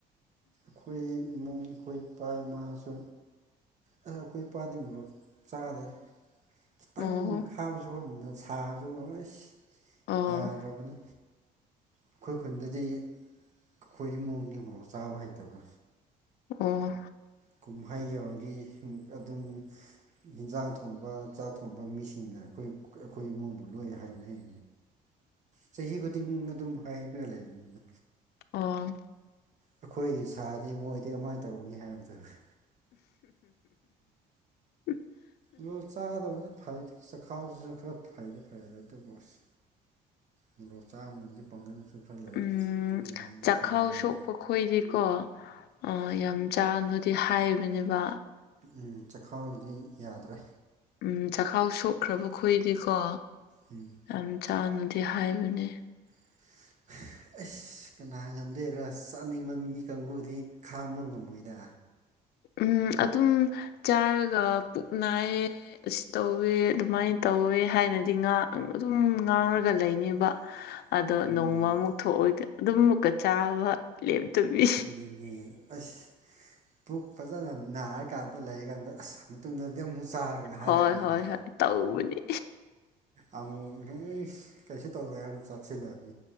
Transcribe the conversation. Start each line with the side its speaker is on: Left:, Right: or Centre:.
Right: ꯑꯩꯈꯣꯏ ꯏꯃꯨꯡ ꯑꯩꯈꯣꯏ ꯏꯄꯥ ꯏꯃꯥꯁꯨ ꯑꯩ ꯑꯩꯈꯣꯏ ꯏꯄꯥꯗꯤ ꯃꯣꯔꯣꯛ ꯆꯥꯗ꯭ꯔꯦ ꯈꯤꯇꯪ
Left: ꯑꯣ
Right: ꯍꯥꯞꯄꯁꯨꯅ ꯁꯥꯕꯁꯨ ꯍꯣꯏ
Left: ꯑꯣ
Right: ꯌꯥꯗ꯭ꯔꯕꯅꯤ ꯑꯩꯈꯣꯏ ꯈꯨꯟꯗꯗꯤ ꯑꯩꯈꯣꯏ ꯏꯃꯨꯡꯅꯤ ꯃꯣꯔꯣꯛ ꯆꯥꯕ ꯍꯩꯇꯕ
Left: ꯑꯣ
Right: ꯀꯨꯝꯍꯩ ꯌꯧꯔꯗꯤ ꯑꯗꯨꯝ ꯏꯟꯖꯥꯡ ꯊꯣꯡꯕ ꯆꯥꯛ ꯊꯣꯡꯕ ꯃꯤꯁꯤꯡꯅ ꯑꯩꯈꯣꯏ ꯑꯩꯈꯣꯏ ꯏꯃꯨꯡꯕꯨ ꯂꯣꯏ ꯍꯥꯏꯅꯩ ꯆꯍꯤ ꯈꯨꯗꯤꯡ ꯑꯗꯨꯝ ꯍꯥꯏꯔꯒ ꯂꯩꯕꯅꯤꯅ
Left: ꯑ
Right: ꯑꯩꯈꯣꯏꯒꯤ ꯁꯥꯗꯤ ꯃꯣꯏꯗꯤ ꯀꯃꯥꯏꯅ ꯇꯧꯔꯅꯤ ꯍꯥꯏꯕꯗꯨꯅꯤ
Left: ꯎ ꯎ
Right: ꯃꯣꯔꯣꯛ ꯆꯥꯗꯕꯅ ꯐꯩꯗꯤ ꯆꯈꯥꯎꯗꯁꯨ ꯈꯔ ꯐꯩꯗꯤ ꯐꯩ ꯑꯗꯨ ꯑꯣꯏꯁꯨ ꯃꯣꯔꯣꯛ ꯆꯕꯅꯥꯗꯤ ꯐꯒꯔ ꯈ ꯈꯥ ꯂꯩꯥꯏ
Left: ꯎꯝ
Right: ꯑꯗꯨ
Left: ꯆꯥꯛꯈꯥꯎ
Right: ꯈ ꯂꯩ
Left: ꯁꯣꯛꯄ ꯈꯣꯏꯗꯤꯀꯣ ꯌꯥꯝ ꯆꯥꯅꯨꯗꯤ ꯍꯥꯏꯕꯅꯦꯕ
Right: ꯎꯝ ꯆꯈꯥꯎꯗꯤ ꯌꯥꯗ꯭ꯔꯦ
Left: ꯎꯝ ꯆꯈꯥꯎ ꯁꯣꯛꯈ꯭ꯔꯕ ꯑꯩꯈꯣꯏꯗꯤꯀꯣ
Right: ꯎꯝ
Left: ꯌꯥꯝ ꯆꯥꯅꯨꯗꯤ ꯍꯥꯏꯕꯅꯦ
Right: <inaudible> ꯑꯁ ꯀꯅꯥ ꯉꯝꯗꯧꯔ ꯆꯥꯅꯤꯡꯕ ꯃꯤ ꯀꯥꯡꯕꯨꯗꯤ ꯈꯥꯡꯕ ꯉꯝꯃꯣꯏꯗ
Left: ꯎꯝ ꯑꯗꯨꯝ ꯆꯥꯔꯒ ꯄꯨꯛ ꯅꯥꯏꯌꯦ ꯑꯁꯤ ꯇꯧꯋꯦ ꯑꯗꯨꯃꯥꯏꯅ ꯇꯧꯋꯦ ꯍꯥꯏꯅꯗꯤ ꯑꯗꯨꯝ ꯉꯥꯡꯔꯒ ꯂꯩꯅꯦꯕ
Right: <inaudible>
Left: ꯑꯗꯣ
Right: ꯎꯝ
Left: ꯅꯣꯡꯃꯃꯨꯛ ꯊꯣꯛꯑꯣꯏꯗꯤ ꯑꯗꯨꯝ ꯃꯨꯛꯀ ꯆꯥꯕ ꯂꯦꯞꯇꯕꯤ
Right: ꯑꯗꯨꯅꯦ ꯑꯁ ꯄꯨꯛ ꯐꯖꯅ ꯅꯥꯔꯀꯥꯟꯗ ꯂꯩꯔꯀꯥꯟꯗ ꯑꯁ ꯃꯇꯨꯡꯗꯗꯤ ꯑꯃꯨꯛ ꯆꯥꯔꯣꯏ ꯍꯥꯏꯔꯛꯀꯅꯦꯕ
Left: ꯍꯣꯏ ꯍꯣꯏ ꯍꯣꯏ ꯇꯧꯕꯅꯤ
Right: ꯑꯃꯨꯛ ꯏꯁ ꯀꯩꯁꯨ ꯇꯧꯔꯦ ꯍꯥꯏꯔ ꯆꯥꯁꯤꯜꯂꯗꯤ